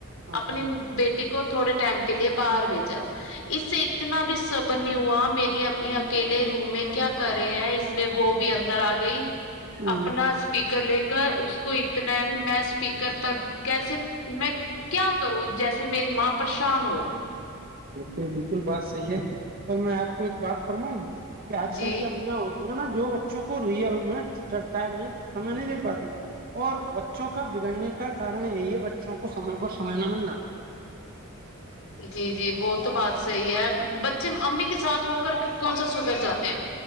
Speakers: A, on the left; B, on the right.
A: اپنی
B: جی
A: بیٹی کو تھوڑے ٹائم کے لیے باہر بھیجا اس سے اتنا بھی صبر نہیں ہوا میری امی اکیلے روم میں کیا کر رہے ہیں اس لیے وہ بھی اندر آ گئی
B: ہ
A: اپنا کر لے کر اس کو اتنا ہے بھی میں اسپیکر پر کیسے میں کیا کروں جیسے میری ماں پریشان ہو
B: بالکل بالکل بات صحیح ہے س میں آپ کو ایک بات فرماؤں کہ آج
A: جی
B: کل کیا نہ ہوتی نا جو بچوں کو ریئل میں ٹائم میں سمے نہیں دے پاتی اور بچوں کا بگڑنے کا کارن یہی ہے بچہ بچوں کو سمے پر سمے نہ ملنا
A: جی جی وہ تو بات صحیح ہے بچے امی کے ساتھ ہو کر کون سا سدھر جاتے ہیں